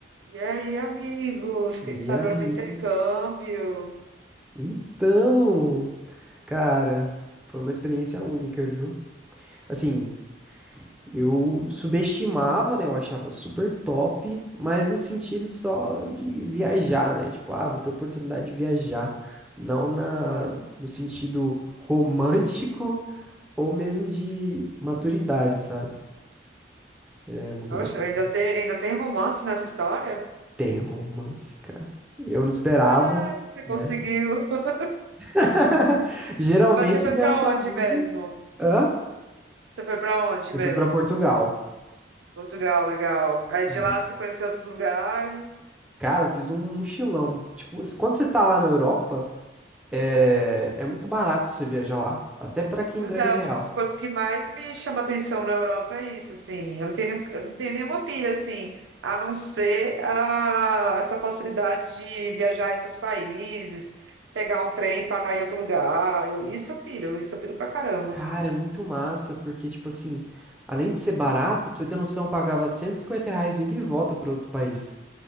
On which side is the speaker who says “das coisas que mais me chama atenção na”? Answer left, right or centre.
Right